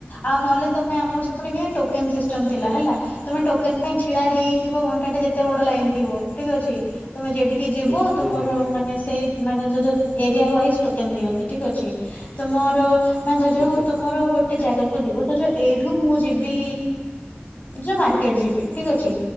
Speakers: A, on the left; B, in the centre.
A: ଆଉ ନହେଲେ ତମେ ଆମର ସେପଟେ କିଆଁ ଟୋକେନ୍ ସିଷ୍ଟମ ଥିଲା ହେଲା ତମେ ଟୋକେନ ପାଇଁ ଛିଡା ହେଇଥିବ ଘଣ୍ଟା ଟେ ଯେତେ ବଡ ଲା ଇନ୍ ଥିବ ଠିକ ଅଛି ତମେ ଜେଇଠି କି ଯିବୁ
B: ହୁଁ
A: ତୁମର
B: ହୁଁ ହୁଁ
A: ମାନେ ସେଇ ମାନେ ଯେ ଯଉ ଏରିଆ ୱାଇଜ ଟୋକେନ ଦିଅନ୍ତି। ଠିକ ଅଛି ତୁମର ମାନେ ଧରା ଯାଉ
B: ଆଚ୍ଛା
A: ତୁମର ଗୋଟେ ଜାଗାକୁ ଯିବ ତ ଯୋଉ ଏଇଠୁ ମୁଁ ଯି ବି ଜ ମାର୍କେଟ ଯିବି ଠିକ ଅଛି